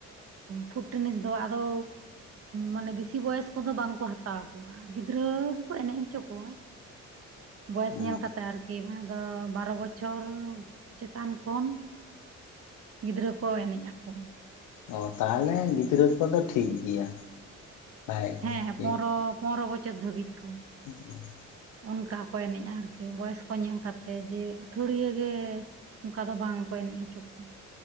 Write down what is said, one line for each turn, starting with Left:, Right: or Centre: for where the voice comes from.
Right: ᱯᱷᱩᱴ ᱴᱮᱱᱤᱥ ᱫᱚ ᱟᱫᱚᱻ ᱢᱟᱱᱮ ᱵᱮᱥᱤ ᱵᱚᱭᱮᱥ ᱠᱚᱫᱚ ᱵᱟᱝᱠᱚ ᱦᱟᱛᱟᱣ ᱠᱚᱣᱟ᱾ ᱜᱤᱫᱽᱨᱟᱹ ᱜᱮ ᱠᱚ ᱮᱱᱮᱡ ᱦᱚᱪᱚ ᱠᱚᱣᱟ᱾ ᱵᱚᱭᱮᱥ
Left: ᱦᱮᱸ
Right: ᱧᱮᱞ ᱠᱟᱛᱮᱫ ᱟᱹᱨᱠᱤ ᱚᱱᱟ ᱫᱚ ᱵᱟᱨᱚ ᱵᱚᱪᱷᱚᱨ᱾ ᱪᱮᱛᱟᱱ ᱠᱷᱚᱱ, ᱜᱤᱫᱽᱨᱟᱹ ᱠᱚ ᱮᱱᱮᱡ ᱟᱠᱚ᱾
Left: ᱚ ᱛᱟᱦᱚᱸᱞᱮ ᱜᱤᱫᱽᱨᱟᱹ ᱠᱚᱫᱚ ᱴᱷᱤᱠ ᱜᱮᱭᱟ᱾ ᱵᱷᱟᱜᱮ ᱜᱮ
Right: ᱦᱮᱸ ᱦᱮᱸ
Left: ᱦᱩᱭᱩᱜ
Right: ᱯᱚᱱᱨᱚ ᱯᱚᱱᱨᱚ ᱵᱚᱪᱷᱚᱨ ᱫᱷᱟᱹᱵᱤᱡ ᱠᱚ᱾
Left: <inaudible>
Right: ᱚᱱᱠᱟ ᱦᱚᱸ ᱠᱚ ᱮᱱᱮᱡ-ᱟ ᱟᱹᱨᱠᱤ ᱵᱚᱭᱚᱥ ᱠᱚ ᱧᱮᱞ ᱠᱟᱛᱮ ᱡᱮ ᱟᱹᱛᱷᱲᱤᱭᱟᱹ ᱜᱮ ᱚᱱᱠᱟ ᱫᱚ ᱵᱟᱝ ᱠᱚ ᱮᱱᱮᱡ ᱦᱚᱪᱚ ᱠᱚᱣᱟ᱾